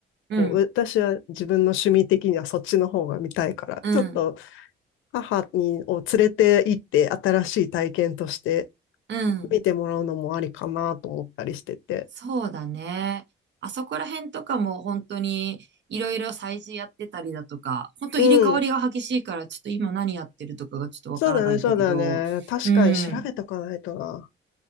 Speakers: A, on the right; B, on the left.
A: うん。
B: こう、私は自分の趣味的にはそっちの方が見たいから、
A: うん。
B: ちょっと母にを連れて行って新しい体験として
A: うん。
B: 見てもらうのもありかなと思ったりしてて。
A: そうだね。あそこら辺とかも本当にいろいろ催事やってたりだとか、本当入れ替わりが激しいからちょっと今何やってるとかがちょっとわからないんだけど、
B: うん。そうだね、そうだね。確かに調べとかないとな。
A: うん。